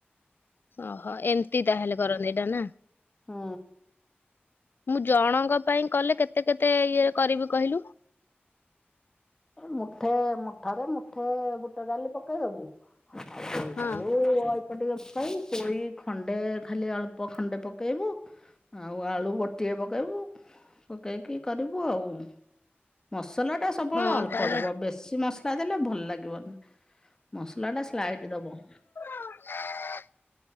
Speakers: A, on the left; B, on the left.
A: ଓହୋ ଏମତି ତାହେଲେ କରନ୍ତି ଏଟା, ନାଁ?
B: ହଁ।
A: ମୁଁ ଜଣଙ୍କ ପାଇଁ କଲେ କେତେ କେତେ ଇଏ କରିବି କହିଲୁ।
B: ଏ ମୁଠେ ମୁଠାରେ ମୁଠେ ବୁଟ ଡାଲି ପକେଇଦବୁ। ଆଉ ବୋଇତାଳୁ
A: ହଁ।
B: ଅ କ ଟିକେ ପକେଇ ପୋଇ ଖଣ୍ଡେ ଖାଲି ଅଳ୍ପ ଖଣ୍ଡେ ପକେଇବୁ। ଆଉ ଆଳୁ ଗୋଟିଏ ପକେଇବୁ ପକେଇକି କରିବୁ ଆଉ। ମସଲାଟା ସବୁ ବେଳେ
A: ହଁ
B: ଅଳ୍ପ
A: ତାହେଲେ
B: ଦବ ବେଶୀ ମସ୍ ଲା ଦେଲେ ଭଲ ଲାଗିବନି ମସଲାଟା ସ୍ଲାଇଟ୍ ଦବ।
A: <inaudible>